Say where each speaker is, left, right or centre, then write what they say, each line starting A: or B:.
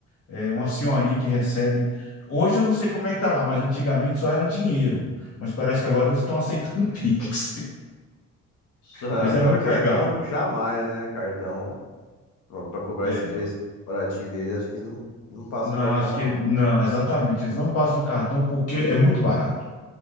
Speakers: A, on the left; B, on the left.
A: é uma senhorinha que recebe. Hoje eu não sei como é que tá lá, mas antigamente só era dinheiro. Mas parece que agora eles estão aceitando <laughs> Pix.
B: Já-
A: Mas é
B: Agora,
A: muito
B: cartão
A: legal.
B: jamais, né? Cartão, pra pra cobrar
A: É,
B: esse preço baratinho dele, acho que eles não, não passa
A: não,
B: o cartão,
A: acho que
B: não.
A: não, exatamente. Eles não passam cartão porque é muito barato.